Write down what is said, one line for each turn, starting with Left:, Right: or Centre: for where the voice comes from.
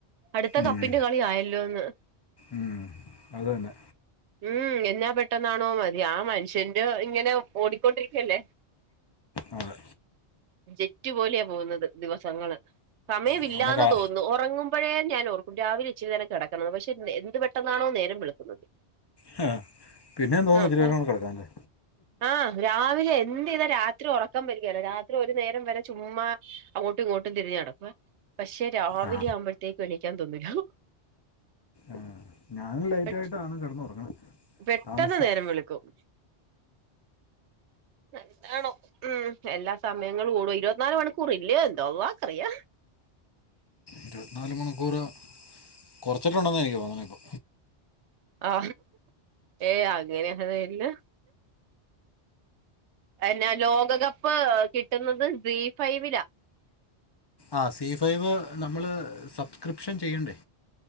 Right: അടുത്ത
Left: ഉം,
Right: കപ്പിന്റെ കളി ആയല്ലോന്ന്
Left: ഉം, അത് തന്നെ
Right: ഉം എന്നാ പെട്ടെന്നാണോ മതി ആഹ് മനുഷ്യന്റെ ഇങ്ങനെ ഓടിക്കൊണ്ടിരിക്കല്ലേ
Left: അതെ
Right: ജെറ്റ് പോലെയാ പോകുന്നത് ദിവസങ്ങള് സമയമില്ലാന്ന്
Left: അതുപോലെ കാ
Right: തോന്നുന്നു ഒറങ്ങും ഇപ്പോഴേ ഞാൻ ഓർക്കും രാവിലെ ഇച്ചിരി നേരം കിടക്കുണോന്ന് പക്ഷെ എന്ത് പെട്ടെന്നാണോ നേരം വെളുക്കുന്നത്
Left: ഹ് പിന്നെ തോന്നും
Right: ആഹ്
Left: ഇച്ചരിനേരോം കൂടി കിടക്കാൻല്ലേ
Right: ആഹ് രാ രാവിലെ എന്ത് ചെയ്താ രാത്രി ഉറക്കാൻ വരുകേല രാത്രി ഒരു നേരം വരെ ചുമ്മാ അങ്ങോട്ടും ഇങ്ങോട്ടും തിരിഞ്ഞ് കിടക്കും പക്ഷെ രാവിലെ
Left: ആ
Right: ആവുമ്പോഴത്തേക്ക് എണിക്കാൻ തോന്നില്ല
Left: ആഹ് ഞാനും ലേറ്റ്
Right: പെ
Left: ആയിട്ടാണ് കിടന്നുറങ്ങണ്
Right: പെട്ടെന്ന്
Left: താമസിച്ച
Right: നേരം
Left: <inaudible>
Right: വെളുക്കും <unintelligible> ആണോ ഉം എല്ലാ സമയങ്ങളും കൂടും ഇരുപത്തിനാല് മണിക്കൂർ ഇല്ലയോ എന്തോ അള്ളാ അറിയാം
Left: ഇരുപത്തിനാലു മണിക്കുറ കുറച്ചിട്ടുണ്ടെന്നാ എനിക്ക് തോന്നണ ഇപ്പോ
Right: ആ ഏ അങ്ങനെയൊന്നും ഇല്ല എന്നാ ലോകകപ്പ് കിട്ടുന്നത് സി ഫൈവിലാ
Left: ആ സി ഫൈവ് നമ്മള് സബ്സ്ക്രിപ്ഷൻ ചെയ്യണ്ടേ